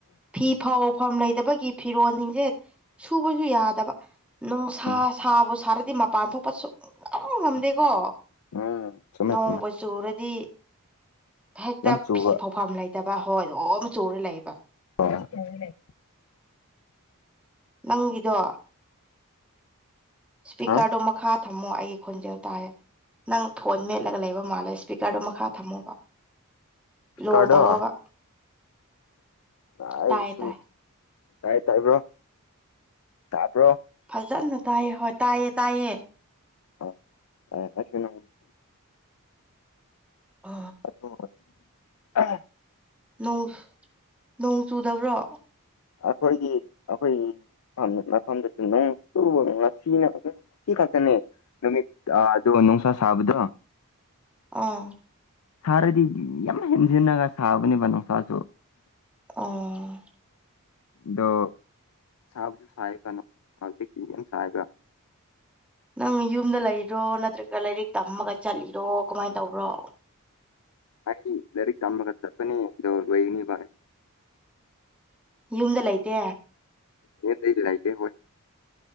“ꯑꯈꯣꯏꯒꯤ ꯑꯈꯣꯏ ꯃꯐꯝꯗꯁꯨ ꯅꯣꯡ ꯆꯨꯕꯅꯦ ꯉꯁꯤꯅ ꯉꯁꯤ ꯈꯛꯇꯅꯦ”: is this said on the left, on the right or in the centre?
Left